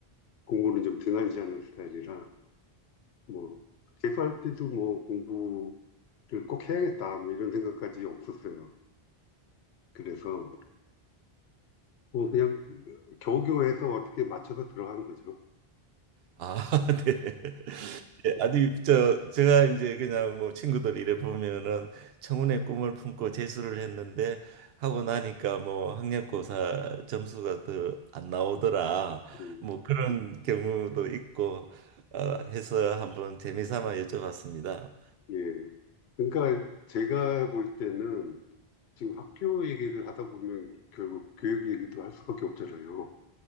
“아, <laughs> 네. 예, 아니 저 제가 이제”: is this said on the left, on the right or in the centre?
Right